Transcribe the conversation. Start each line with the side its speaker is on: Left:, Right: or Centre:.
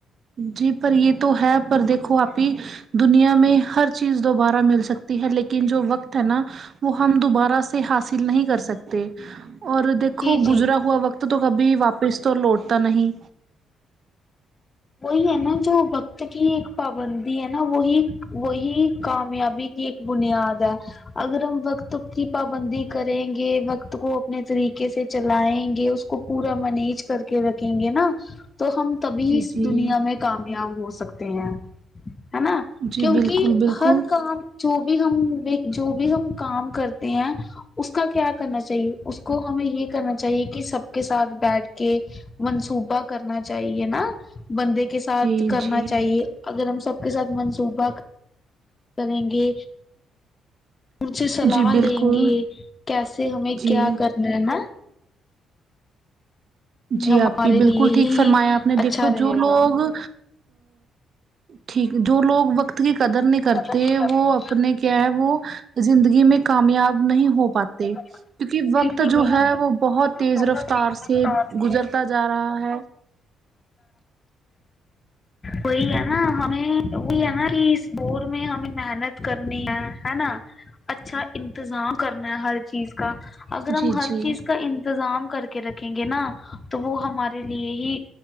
Right: جی پر یہ تو ہے پر دیکھو آپ ہی دنیا میں ہر چیز دوبارہ مل سکتی ہے لیکن جو وقت ہے نا وہ ہم دوبارہ سے حاصل نہیں کر سکتے اور دیکھو
Left: جی جی
Right: گزرا ہوا وقت تو کبھی واپس تو لوٹتا نہیں
Left: وہی ہے نا جو وقت کی ایک پابندی ہے نا وہی وہی کامیابی کی ایک بنیاد ہے اگر ہم وقت کی پابندی کریں گے وقت کو اپنے طریقے سے چلائیں گے اس کو پورا مینج کر کے رکھیں گے نا تو ہم تبھی
Right: جی
Left: اس
Right: جی
Left: دنیا میں کامیاب ہو سکتے ہیں ہے نا
Right: جی
Left: کیونکہ
Right: بالکل بالکل
Left: ہر کام جو بھی ہم جو بھی ہم کام کرتے ہیں اس کا کیا کرنا چاہیے اس کو ہمیں یہ کرنا چاہیے کہ سب کے ساتھ بیٹھ کے منصوبہ کرنا چاہیے نا بندے کے ساتھ
Right: جی
Left: کرنا
Right: جی
Left: چاہیے اگر ہم سب کے ساتھ منصوبہ کرے گے ان سے صلاح
Right: جی بالکل
Left: لیں گے کیسے ہمیں
Right: جی
Left: کیا کرنا ہے نا
Right: جی
Left: ہمارے
Right: آپی بالکل
Left: لیے
Right: ٹھیک
Left: ہی
Right: فرمایا آپ نے دیکھو
Left: اچھا رہے
Right: جو لوگ
Left: گا
Right: ا ٹھیک جو لوگ وقت کی قدر نہیں کرتے
Left: قدم کرتی
Right: وہ اپنے کیا ہے وہ زندگی میں کامیاب نہیں ہو پاتے
Left: وہ
Right: کیونکہ وقت
Left: بالکل
Right: جو
Left: بالکل
Right: ہے وہ بہت تیز
Left: بہت
Right: رفتار
Left: ہی سستار
Right: سے
Left: تھی
Right: گزرتا جا رہا ہے
Left: وہی ہے نا ہمیں وہی ہے نا کہ اس بور میں ہمیں محنت کرنی ہے ہے نا اچھا انتظام کرنا ہے ہر چیز کا اگر ہم
Right: جی
Left: ہر
Right: جی
Left: چیز کا انتظام کر کے رکھیں گے نا تو وہ ہمارے لیے ہی